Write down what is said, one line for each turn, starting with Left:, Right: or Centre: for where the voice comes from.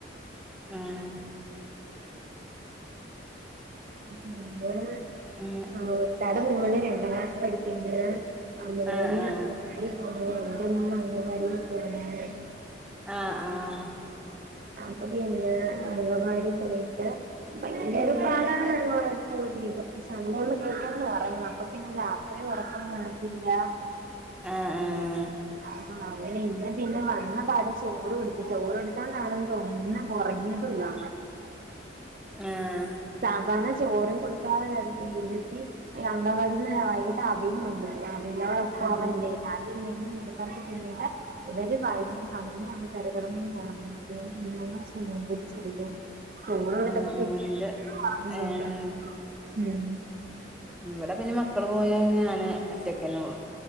Centre: ആഹ
Right: പിന്നെ
Centre: ഉം
Right: ആ ഒറ്റാള്ത മോള് രണ്ടാം ക്ലാസ് പഠിക്ക്ണ്ട് ആ മോന്
Centre: ആഹ് ആഹ്
Right: അ എന്റെ മോൻ അംഗൻവാടിൽ പോവ്‌ണ് ണ്ട്
Centre: ആഹ ആഹ്
Right: അപ്പൊ പിന്നെ അംഗനവാടി പോയിട്ട് ഭയങ്കര
Centre: ഉം
Right: പാടാ <unintelligible> പക്ഷേ അന്ന് ഓള് പെട്ടന്ന് ഉറങ്ങും അപ്പൊ പിന്നെ രാത്രി ഉറക്കൊന്നും കാണത്തില്ല.
Centre: ആ ആഹ്
Right: ആഹ് അങ്ങനെ ഇന്ന് പിന്നെ വന്ന പാട് ചോറ് കൊടുത്ത് ചോറ്ടുത്താ <unintelligible> ഒന്നും ഉറങ്ങിയതു ഇല്ലാ
Centre: <inaudible> ഏഹ
Right: സാധാരണ ചോറും കൊടുത്താ അവിടെ ഇരുത്തി ഈ അങ്കവാടിന്ന് വൈകിട്ട് അവില് കൊണ്ടുവരും. അവിലേ ഉപ്പുമാവ
Centre: ഉം
Right: എന്തേലും ആദ്യം എന്തെങ്കിലും നുള്ളി പെറുക്കി തിന്നീട്ട് ഇവര് വ <unintelligible> <unintelligible> <unintelligible> സുണം കുട്ടി ചോറുണ്ട് ചോർന്നിട്ട്
Centre: ആഹ്
Right: <unintelligible> ഒന്നും
Centre: ഇന്റെ
Right: ഓർമയില്ല
Centre: ഏഹ്
Right: ഉം
Centre: ഇവിടെ പിന്നെ മക്കള് പോയാ പിന്നെ ഞാന് ഒറ്റക്കന്നെള്ളു.